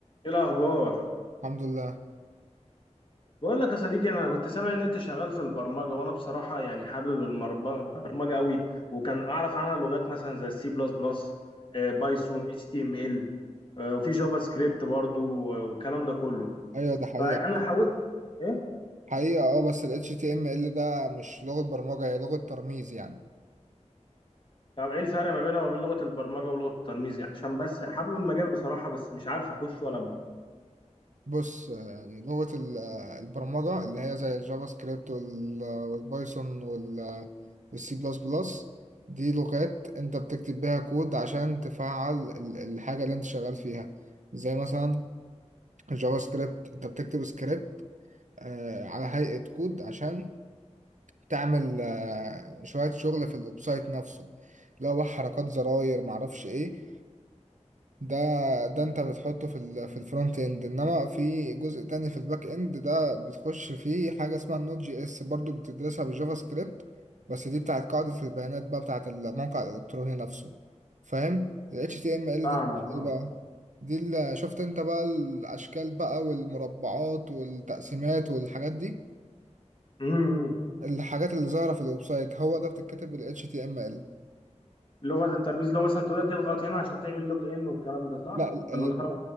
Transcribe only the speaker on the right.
الحمد لله
ايوه ده حقيقة
حقيقة اه بس ال HTML ده مش لغة برمجة هي لغة ترميز يعني
بص يعني لغة ال- البرمجة اللي هي زي الجافا سكريبت وال- والبايثون وال- والسي بلس بلس دي لغات انت بتكتب بيها كود عشان تفعل ال- الحاجة اللي انت شغال فيها زي مثلا الجافا سكريبت انت بتكتب سكريبت آه، على هيئة كود عشان تعمل آه، شوية شغل في الويب سايت نفسه لو بقى حركات زراير معرفش ايه ده ده انت بتحطه في ال في الفرونت اند انما في جزء تاني في الباك اند ده بتخش فيه حاجة اسمها النوت جي اس برضو بتدرسها بالجافا سكريبت بس دي بتاعت قاعدة البيانات بقى بتاعت الموقع الإلكتروني نفسه فاهم ال HTML
دي بت- ايه
بقى دي اللي شفت انت بقى الأشكال بقى والمربعات والتقسيمات والحاجات دي
الحاجات اللي ظاهرة في الويب سايت هو ده بتتكتب بال HTML
لا اللي,